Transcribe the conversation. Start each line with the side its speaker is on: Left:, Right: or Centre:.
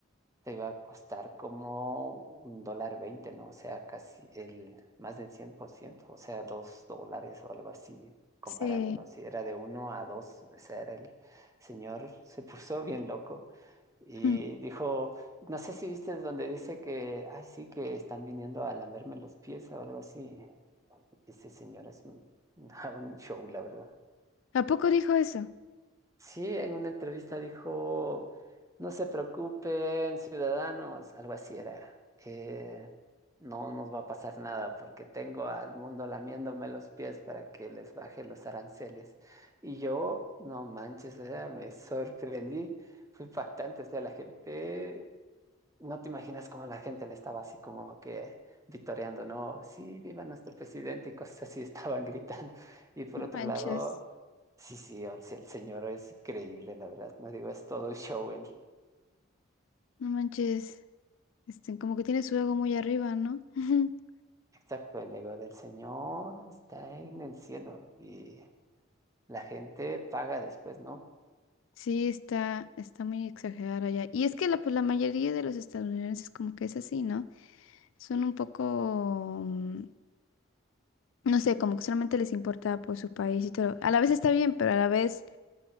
Right: te iba a costar como un dólar veinte, ¿no? O sea, casi el más del 100%. o sea, dos dólares o algo así, comparándonos.
Left: Sí.
Right: Si era de uno a dos, o sea, era el señor se puso bien loco. Y
Left: Hmm.
Right: dijo, no sé si viste donde dice que, ay, sí, que están viniendo a lamerme los pies o algo así. Ese señor es un, <laughs> un show, la verdad.
Left: ¿A poco dijo eso?
Right: Sí, en una entrevista dijo, no se preocupen, ciudadanos, algo así era. eh, no nos va a pasar nada porque tengo al mundo lamiéndome los pies para que les baje los aranceles. Y yo, no manches, o sea, me sorprendí, fue impactante, o sea, la gente no te imaginas cómo la gente le estaba así como que vitoreando, ¿no? Sí, viva nuestro presidente y cosas así <laughs> estaban gritando. Y por
Left: No
Right: otro
Left: manches.
Right: lado, sí, sí, o sea, el señor es increíble, la verdad. No digo, es todo un show el,
Left: No manches. Este, como que tiene su ego muy arriba, ¿no? <laughs>
Right: exacto, el ego del señor está en el cielo y la gente paga después, ¿no?
Left: Sí, está, está muy exagerada allá. Y es que la, pues, la mayoría de los estadounidenses como que es así, ¿no? Son un poco, mm, no sé, como que solamente les importa por su país y todo. A la vez está bien, pero a la vez,